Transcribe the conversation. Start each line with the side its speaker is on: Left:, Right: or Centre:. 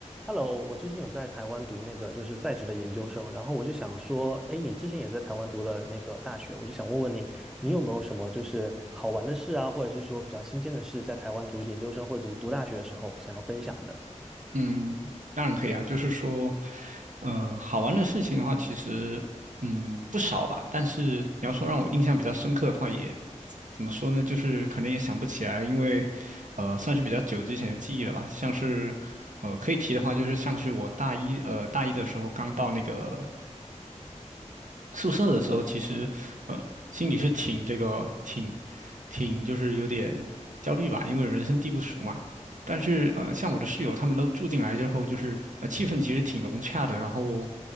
Centre: Hello，我最近有在台湾读那个就是在职的研究生，然后我就想说，哎，你之前也在台湾读了那个大学，我就想问问你，你有没有什么就是好玩的事啊，或者是说比较新鲜的事，在台湾读研究生或者读读大学的时候想要分享的？
Right: 嗯，当然可以啊，就是说，呃，好玩的事情的话，其实嗯不少吧。但是你要说让我印象比较深刻的话也，怎么说呢？就是可能也想不起来，因为呃算是比较久之前的记忆了吧。像是呃可以提的话，就是像是我大一呃大一的时候刚到那个宿舍的时候，其实呃心里是挺这个挺挺就是有点焦虑吧，因为人生地不熟嘛。但是呃，像我的室友他们都住进来之后，就是呃气氛其实挺融洽的，然后